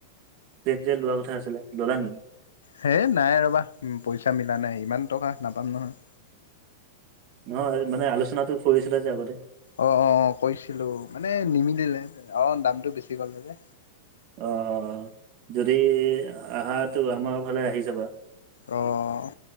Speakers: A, on the right; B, on the left.
A: প্লেট যে লোৱা কথা আছিলে, ললা নেকি?
B: হে নাই ৰ'বা পইচা মিলা নাই, ইমান টকা নাপায় নহয়।
A: নহয় মানে, আলোচনাটো কৰিছিলা যে আগতে।
B: অ, অ কৰিছিলো মানে, নিমিলিলে অ, দামটো বেছি কলে যে।
A: অঁ, যদি আহাটো আমাৰ ফালে আহি যাবা।
B: অঁ।